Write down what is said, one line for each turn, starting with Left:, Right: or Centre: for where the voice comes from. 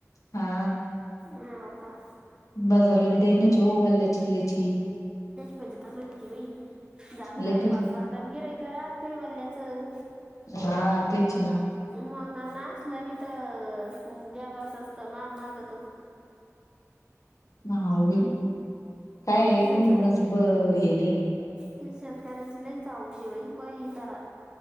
Left: हा
Right: नव का
Left: बाजारला भी दईनच हो अल्ल्या चिल्ल्याची
Right: जच माती बाई दात दात
Left: लय फ-
Right: पाक पाक आणि गिरय ख राहत नाही वल्ल्याचं
Left: हा तेच ना
Right: मग असल बी तर द्या बसचत माग मागतच
Left: ह उभी काय
Right: लईनच
Left: कोणी कोणाच हे नाही
Right: हे शेतकऱ्याची लई चाऊशी बाई पही करा